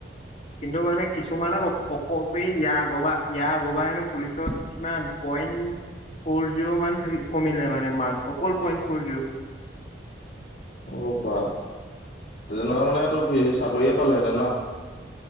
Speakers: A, on the left; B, on the left.
A: কিন্তু মানে কিছুমানৰ অক অক ইয়াৰ আগবাৰ ইয়াৰ আগবাৰ হেনো পুলিচত কিমান পইণ্ট ফ'ৰ জিৰ' মান কমিলে মানে মাৰ্ক অকল পইণ্ট ফৰ জিৰ'। <unintelligible>
B: অ বা! তেনেহলে মানেটো <unintelligible> চাকৰিয়ে পালেহেঁতেন ন?